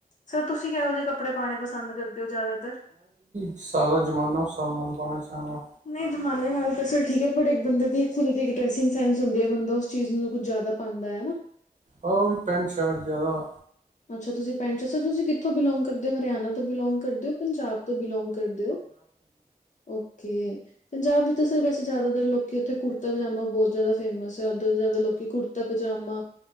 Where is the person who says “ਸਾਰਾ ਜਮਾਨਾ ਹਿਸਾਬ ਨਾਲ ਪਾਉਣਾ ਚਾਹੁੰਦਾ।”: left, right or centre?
Right